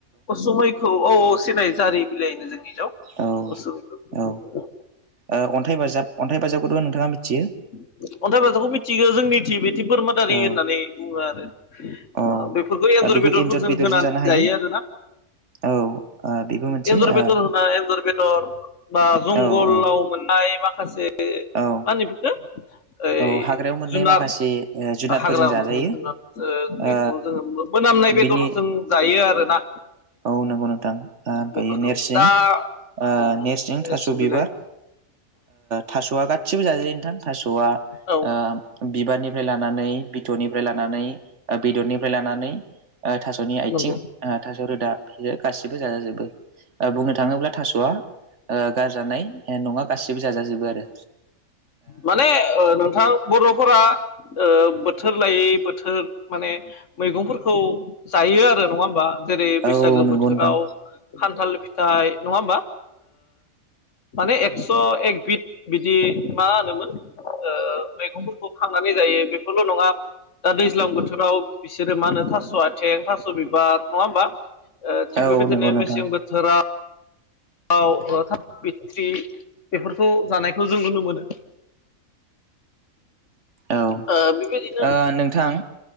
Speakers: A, on the left; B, on the right.
A: उसुमैखौ औ सिनायो जारि बिलाइ होनो जोंनियाव
B: औ
A: उसुमिखौ
B: औ ओ अन्थाइ बाजाब अन्थाइ बाजाबखौथ' नोंथाङा मिथियो।
A: अन्थाइ बाजाखौ मिथियो जोंनिथि बेदि बोरमादारि होननानै
B: औ
A: बुङो आरो
B: अ
A: ओ बेफोरखौ एन्जर
B: बेखौ
A: बेदरफोरजों
B: बेदरजों
A: होनानै
B: जानो हायो
A: जायो आरोना
B: औ ओ बेबो मोनसे
A: एन्जर
B: ओ
A: बेदर होनना एन्जर बेदर बा जंगलाव
B: औ औ
A: मोननाय माखासे मा
B: औ
A: होनो बेखौ ओइ
B: औ हाग्रायाव मोननाय
A: जुनार
B: माखासे ओ जुनादफोरजों
A: हाग्रा
B: जाजायो
A: मोनै जुनारजों बेखौ
B: ओ
A: जोङो मोनामनाय बेदरजों
B: बिनि
A: जायो आरोना।
B: औ नंगौ नोंथां ओमफ्रायो
A: बेफोरखौ
B: नेरसिं
A: दा
B: ओ
A: नोरसिं
B: नेरसिं थास' बिबार
A: बिलाइ
B: थास'वा गासिबो जाजायो नोंथां थास'वा
A: औ
B: <inaudible> ओ बिबारनिफ्राय लानानै बिथ'निफ्राय लानानै बेदरनिफ्राय लानानै थास'नि आइथिं
A: नंगौ
B: आ था गासिबो जाजाजोबो बुंनो थाङोब्ला थास'वा गारजानाय नङा गासिबो जाजाजोबो आरो
A: माने ओ नोंथां बर'फोरा ओ बो बोथोर लायै बोथोर माने मैगंफोरखौ जायो आरो नङा होमबा? जेरै
B: औ
A: बैसागो
B: नंगौ
A: बोथोराव
B: नोंथां
A: खान्थाल फिथाइ नङा होमबा माने एक्स' एक बिद बिदि मा होनोमोन ओ मैगंफोरखौ खांनानै जायो बेफोरल' नङा दा दैज्लां बोथोराव बिसोरो मा होनो थास' आथिं थास' बिबार नङा होमबा? ओ थिग
B: औ
A: बेबायदिनो
B: नंगौ नोंथां
A: मेसें बोथोराव थाब बिथट्रि बेफोरखौ जानायखौ जों नुनो मोनो।
B: औ
A: ओ बेबायदिनो
B: ओ नोंथां।